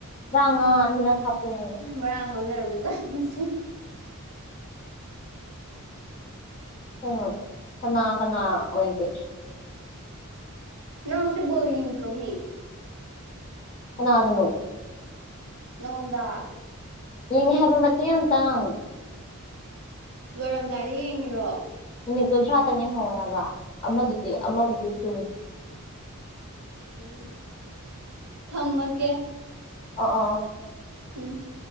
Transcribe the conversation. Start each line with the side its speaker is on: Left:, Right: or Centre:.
Left: ꯔꯥꯡꯉꯅꯤꯅꯒ ꯍꯥꯠꯇꯣꯏꯅꯤꯣ
Right: ꯃꯔꯥ ꯍꯧꯥꯎꯅꯔꯕ ꯆꯥꯅꯁꯤ
Left: ꯎ ꯎꯝ ꯀꯅꯥ ꯀꯅꯥ ꯑꯣꯏꯒꯦ
Right: ꯅꯪ ꯉꯁꯤꯦ ꯣꯠꯇ꯭ꯔꯣꯃꯤ
Left: ꯑꯅꯗꯅꯣ
Right: ꯅꯉꯗ
Left: ꯌꯦꯡꯉꯦ ꯍꯥꯏꯕ ꯃꯇꯦꯛ ꯑꯃꯇꯥꯡꯉꯨ
Right: ꯂꯣꯏꯔꯝꯗꯥꯏꯗ ꯌꯦꯡꯉꯤꯔꯣ
Left: ꯃꯤꯅꯤꯠ ꯀꯨꯟꯊ꯭ꯔꯥꯇꯪ ꯌꯦꯡꯍꯧꯋꯦ ꯍꯥꯏꯕ ꯑꯃꯗꯨꯗꯤ ꯑꯃꯕꯨꯗꯤ ꯀꯨꯟ
Right: ꯑꯣꯝ ꯊꯝꯃꯒꯦ
Left: ꯑꯣ ꯑꯣ
Right: ꯎꯝ